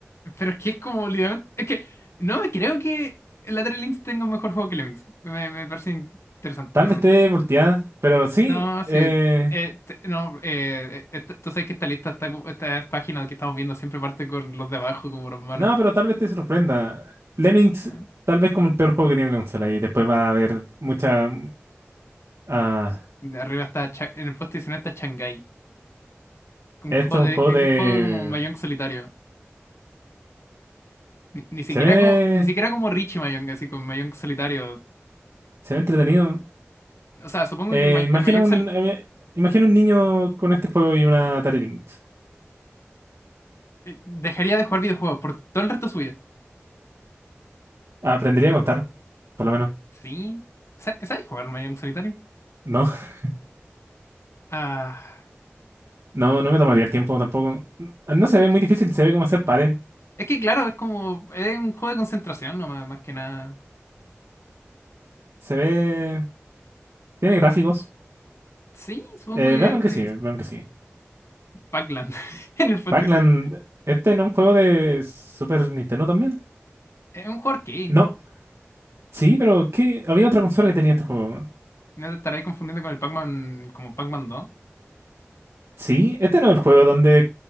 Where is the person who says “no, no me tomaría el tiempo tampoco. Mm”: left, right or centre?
Right